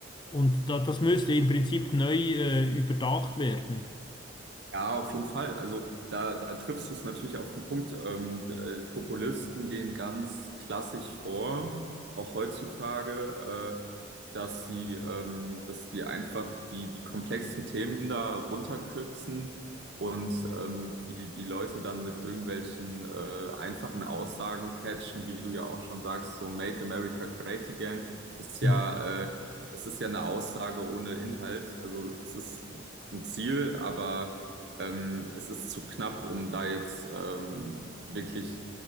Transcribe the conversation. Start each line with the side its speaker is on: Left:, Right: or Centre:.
Left: Und da, das müsste im Prinzip neu äh, überdacht werden.
Right: Ja, auf jeden Fall. Also da, da triffst du es natürlich auf den Punkt. Ähm, äh, Populisten gehen ganz klassisch vor, auch heutzutage, äh, dass sie, ähm, dass sie einfach die, die komplexen Themen da runterkürzen und ähm, die, die Leute dann mit irgendwelchen äh, einfachen Aussagen catchen, wie du ja auch schon sagst, so Make America Great Again ist ja,
Left: Mhm.
Right: äh, es ist ja eine Aussage ohne Inhalt. Also es ist ein Ziel, aber ähm, es ist zu knapp, um da jetzt ähm, wirklich